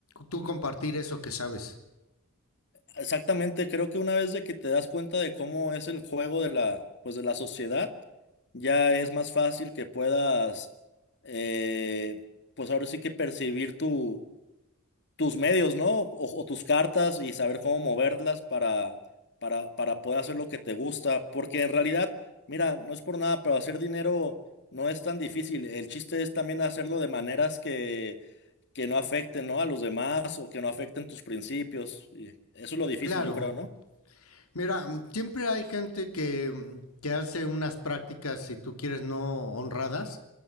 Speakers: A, on the left; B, on the left.
A: tú compartir eso que sabes.
B: Exactamente, creo que una vez de que te das cuenta de cómo es el juego de la, pues de la sociedad, ya es más fácil que puedas, eh, pues ahora sí que percibir tu, tus medios, ¿no? O, o tus cartas y saber cómo moverlas para, para, para poder hacer lo que te gusta. Porque en realidad, mira, no es por nada, pero hacer dinero no es tan difícil. El chiste es también hacerlo de maneras que que no afecten, ¿no? a los demás o que no afecten tus principios. Y eso es lo difícil,
A: Claro,
B: yo creo, ¿no?
A: mira, siempre hay gente que, que hace unas prácticas, si tú quieres, no honradas,